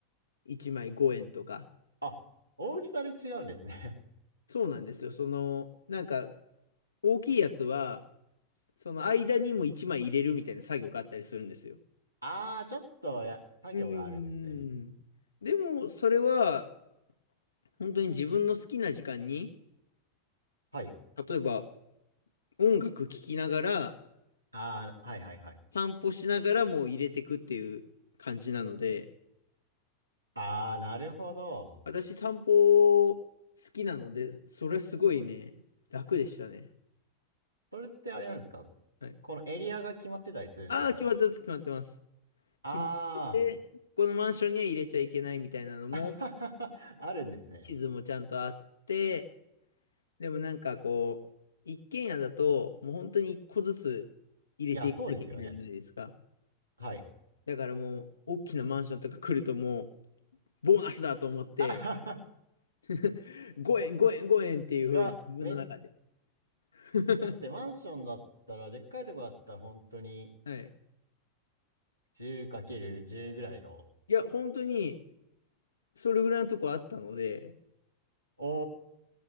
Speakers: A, on the left (about 75°); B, on the right (about 85°).
A: 1枚5円とか。
B: あ、大きさで違うんですね。
A: そうなんですよ。その、なんか、大きいやつは、その間にも1枚入れるみたいな作業があったりするんですよ。
B: <laughs> ああ、ちょっとや、作業があるんですね。
A: うーん。でも、それは、本当に自分の好きな時間に、
B: はい。
A: 例えば、音楽聴きながら、
B: ああ、はいはいはい。
A: 散歩しながらもう入れてくっていう感じなので、
B: ああ、なるほど。
A: 私散歩好きなので、それはすごいね、楽でしたね。
B: それってあれなんですか
A: はい
B: このエリアが決まってたりするんですか
A: ああ、決まってます、決まってます。
B: あ
A: 決まってて、このマンションには入れちゃいけないみたいなのも、
B: あー、<laughs> あるんですね。
A: 地図もちゃんとあって、でもなんかこう、一軒家だと、もう本当に一個ずつ入れていかなきゃいけないじゃないですか。
B: いや、そうですよね。はい。
A: だからもう、大きなマンションとか来るともう、ボーナスだと思って、
B: <laughs> あはは。
A: <laughs> 5円、5円、5円っていうふうに自分の中で。
B: いや、め、
A: <laughs>
B: だってマンションだったら、でっかいとこだったら本当に
A: はい。
B: 10×10 ぐらいの
A: いや、本当に、それぐらいのとこあったので、
B: お